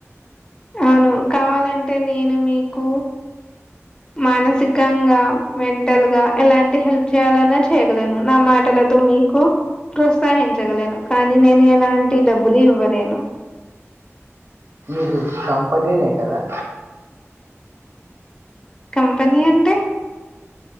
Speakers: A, on the left; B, on the right.
A: అవును కావాలంటే నేను మీకు మానసికంగా మెంటల్ గా ఎలాంటి హెల్ప్ చేయాలన్నా చేయగలేను నా మాటలతో మీకు ప్రోత్సహించగలను కానీ నేను ఎలాంటి డబ్బులు ఇవ్వలేను
B: మీరు కంపెనీనే కదా
A: కంపెనీ అంటే